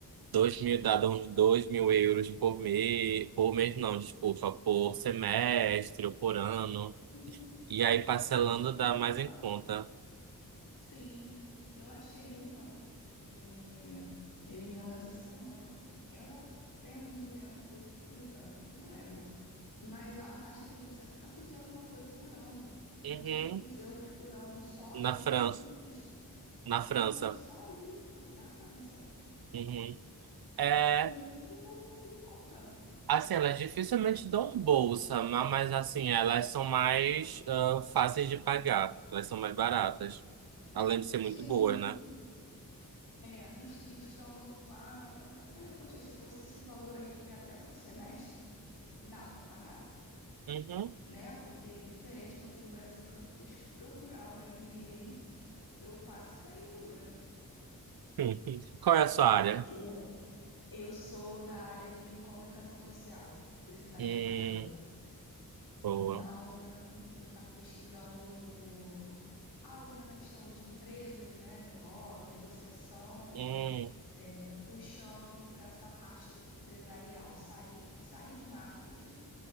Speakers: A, on the right; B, on the left.
A: Dois mil, dá uns dois mil euros por mês, por mês não, desculpa, por semestre ou por ano.
B: Uhum.
A: E aí parcelando
B: Eu achei
A: dá
B: uma,
A: mais em conta.
B: sim, eu achei uma, é, ele mandou essa semana. Ela é, mu- ela é pública, não lembro, mas é uma taxa de 200 e alguma coisa por ano, duzentos
A: Uhum.
B: e poucos euros por ano só. Eu
A: Na
B: falei
A: França.
B: assim, "Ô,
A: Na
B: Sim,
A: França.
B: eu só isso na França.
A: Uhum. É,
B: Muito em conta.
A: assim, elas dificilmente dão bolsa, ma- mas assim, elas são mais ah, fáceis de pagar. Elas são mais baratas. Além de ser muito
B: Sim,
A: boas, né?
B: é, es- estando lá, eu até falei, poxa, se fosse esse valor aí até por semestre, dá para pagar,
A: Uhum.
B: né? Porque é diferente daqui do Brasil, que eu fui poxa, procurar um MBA, eu quase caí dura.
A: <laughs> Qual é a sua área?
B: Que Eu sou da área de comunicação social, publicidade
A: Hum,
B: e propaganda.
A: boa.
B: Então, eu estava pesquisando algo na questão de empresas, né, negócio, negociação,
A: Hum,
B: é, puxando para essa parte empresarial, sair, sair do marketing,